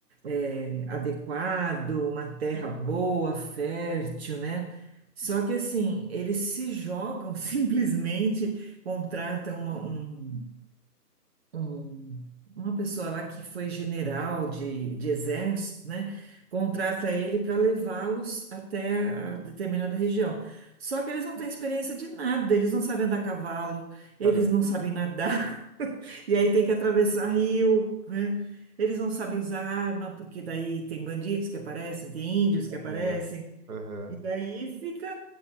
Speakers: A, on the right; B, on the right.
A: eh, adequado, uma terra boa, fértil, né? Só
B: sim.
A: que, assim, eles se jogam <laughs> simplesmente, contratam uma, um um- uma pessoa lá que foi general de, de exército, né? Contrata ele para levá-los até a determinada região. Só que eles não têm experiência de nada, eles não sabem andar a cavalo, eles
B: Caramba,
A: não sabem nadar, <laughs> e aí tem que atravessar rio, né? Eles não sabem usar arma, porque daí tem bandidos que aparecem, tem índios que aparecem.
B: uhum, uhum.
A: E daí fica,